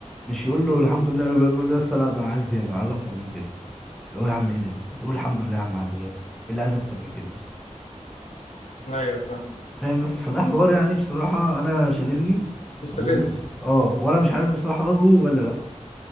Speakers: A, in the centre; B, on the left.
A: مش يقول له الحمد لله يقول له يا اسطى لا ده انا عايز زياده انا عايز اكتر من كده اللي هو يا عم ايه ده ما تقول الحمد لله يا عم على اللي جالي إيه اللي عايز اكتر من كده
B: ايوه فاهم
A: فاهم يا اسطى فده حوار يعني بصراحة أنا شاغلني
B: مستفز
A: و... اه وأنا مش عارف بصراحة ألغه ولا لأ